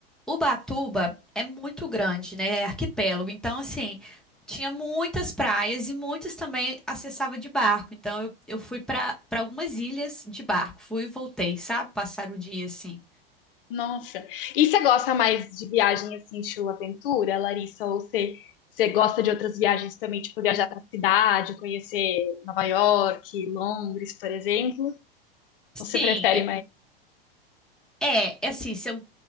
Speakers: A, in the centre; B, on the left (about 65°).
A: Ubatuba é muito grande, né? É arquipélago. Então, assim, tinha muitas praias e muitas também acessava de barco. Então, eu, eu fui para para algumas ilhas de barco. Fui e voltei, sabe? Passar o dia assim.
B: Nossa, e você gosta mais de viagem assim, estilo aventura, Larissa? Ou você, você gosta de outras viagens também, tipo viajar pra cidade, conhecer Nova York, Londres, por exemplo?
A: Sim,
B: Ou você prefere
A: e-
B: mais?
A: é, é assim, seu,